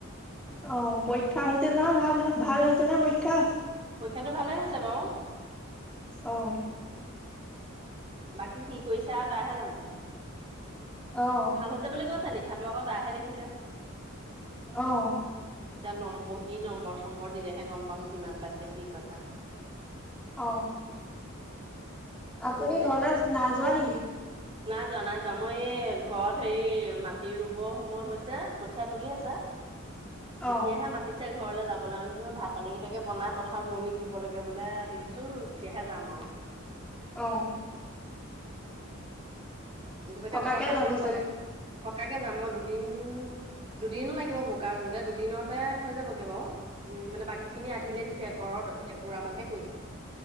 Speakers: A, in the centre; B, on the right.
A: অ', পৰীক্ষা হৈছে নহয়, ভাল-ভাল হৈছে নে পৰীক্ষা?
B: পৰীক্ষাটো ভালে হৈছে বাৰু।
A: অ'।
B: বাকী কি কৰিছে আৰু তাইহে জানে।
A: অ'।
B: ভাল হৈছে বুলি কৈছে লিখাটো, আকৌ তাইহে লিখিছে।
A: অ'।
B: এতিয়া নম বহি নম্বৰ চম্বৰ দিলেহে গম পাম কিমান পাইছে কি কথা।
A: অ'। আপুনি
B: সেইটোৱে
A: ঘৰলৈ
B: আৰু
A: নাইযোৱা নেকি?
B: <inaudible> নাই যোৱা নাই যোৱা, মই এই ঘৰত হেৰি মাটি ৰুব সময় হৈছে, কঠীয়া তুলি আছে। তেতিয়াহে
A: অ
B: মা পিছে ঘৰলৈ যাবলৈ <unintelligible> ভাত পানীকেইটাকে বনাই পথাৰত ৰোৱনীক দিব লাগে বোলে আহিবিচোন, তেতিয়াহে যাম আৰু।
A: অ'।
B: <unintelligible> তাপা
A: থকাকে
B: এতিয়া ঘৰত মাতি
A: যাব
B: ৰুব,
A: চাগে
B: থকাকে যাম মই দুদিন দুদিন লাগিব বোকা ৰুওঁতে, দুদিনতে হৈ যাবগে বাৰু। উম মানে, বাকী খিনি আধিলে দিছে ঘৰত এপোৰা মানহে কৰিছে।